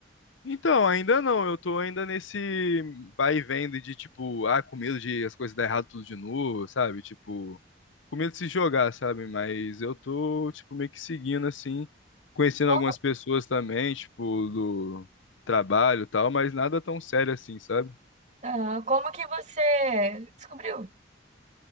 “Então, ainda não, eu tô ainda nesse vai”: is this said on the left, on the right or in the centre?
Left